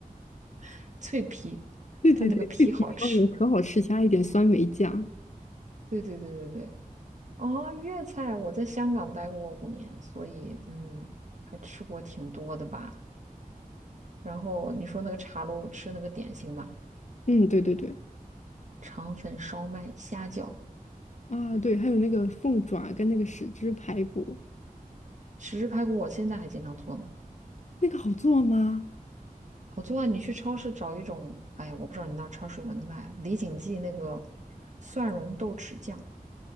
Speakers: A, on the right; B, on the left.
A: <laughs> 脆皮，
B: 对对对，
A: 但那个皮好吃。
B: 脆皮烧鹅可好吃，加一点酸梅酱。
A: 对对对对对。哦，粤菜我在香港待过五年，所以嗯，还吃过挺多的吧。然后你说那个茶楼吃那个点心嘛，
B: 嗯，对对对，
A: 肠粉、烧麦、虾饺、
B: 啊对，还有那个凤爪跟那个豉汁排骨，
A: 豉汁排骨，我现在还经常做呢。
B: 那个好做吗？
A: 好做啊！你去超市找一种，哎呀，我不知道你那儿超市有没有卖李锦记那个蒜蓉豆豉酱，